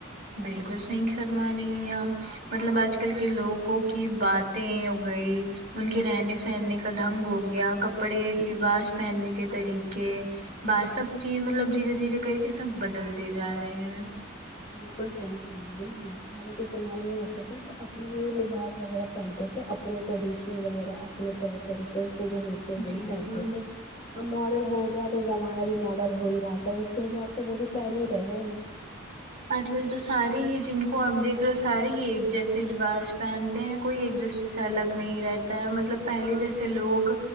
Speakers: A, on the right (about 35°); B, on the left (about 30°).
A: بالکل صحیح فرما رہی ہیں آپ مطلب آج کل کے لوگوں کی باتیں ہو گئی ان کے رہنے سہنے کا ڈھنگ ہو گیا کپڑے لباس پہننے کے طریقے بات سب چیز مطلب دھیرے دھیرے کر کے سب بدلتے جا رہے ہیں
B: بالکل صحیح فرما رہی ہے آپ ہمیں تو سارے کے زمانے میں ہوتے تھے تو اپنے لباس وغیرہ پہنتے تھے اپنے ٹریڈیشن وغیرہ اپنے طور طریقے کے جو ہوتے ہیں وہی
A: جی
B: پہنتے
A: جی
B: تھے اب ماڈل ہو گیا تو زمانہ بھی ماڈل ہو ہی رہا تھا اس کے حساب سے وہ بھی پہن ہی رہے ہیں
A: آج کل تو سارے ہی جن کو آپ دیکھ رہے ہو سارے ہی ایک جیسے لباس پہن تے ہیں کوئی ایک دوسرے سے الگ نہیں رہتا ہے مطلب پہلے جیسے لوگ